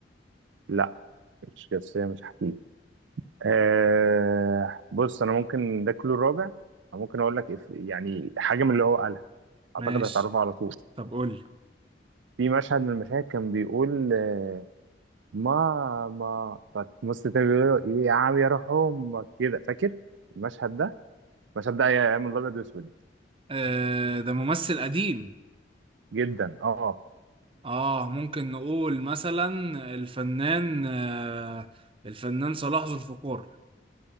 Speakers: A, on the right (about 80°); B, on the right (about 30°).
A: لا مش جاسوسية مش حكيم آه بص انا ممكن ده كله الرابع أنا ممكن اقول لك إف- يعني حاجه من اللي هو قالها اعتقد
B: ماشي
A: هتعرفها على طول
B: طب قول لي
A: في مشهد من المشاهد كان بيقول آه ماما فمص تاني بيقول له ايه يا عم يا روح امك كده فاكر المشهد ده المشهد ده ايام الابيض واسود
B: آه، ده ممثل قديم
A: جدا اه
B: اه ممكن نقول مثلا الفنان آه الفنان صلاح ذو الفقار